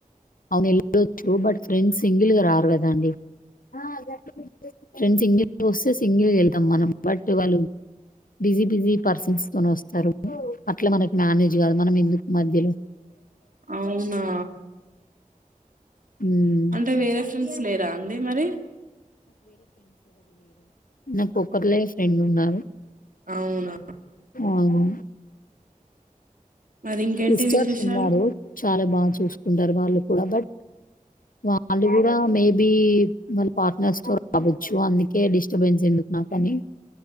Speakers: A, on the left (about 80°); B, on the right (about 70°).
A: అవునుళ్ళచ్చు బట్ ఫ్రెండ్ సింగిల్ గా రారు కదా అండి ఆ గడి ఫ్రెండ్స్ ఇ ప్రోసెస్ సింగిల్ వెళ్తాం మనం బట్ వాళ్ళు బిజీ బిజీ పర్సన్స్ తో వస్తారు అట్లా మనకి మేనేజ్ కాదు మనం ఎందుకు మధ్యలో
B: అవునా
A: ఉమ్
B: అంటే వేరే ఫ్రెండ్స్ లేరా అండి మరి
A: నా పొక్కర్లో ఫ్రెండ్ ఉన్నారు
B: అవునా
A: అవును
B: మరి ఇంకేంటి
A: సిస్టర్స్
B: విశేషాలు
A: ఉన్నారు చాలా బాగా చూసుకుంటారు వాళ్ళు కూడా బట్ వాళ్ళు కూడా మేబ బ మళ్ళీ పార్ట్నర్స్ తో రావచ్చు అందుకే డిస్టర్బెన్స్ ఎందుకు నాకు కానీ